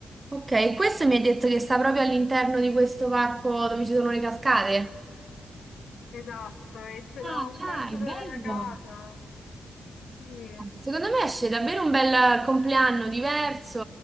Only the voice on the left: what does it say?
Esatto, e ce
l'ho a un
quarto d'ora
da casa. Sì.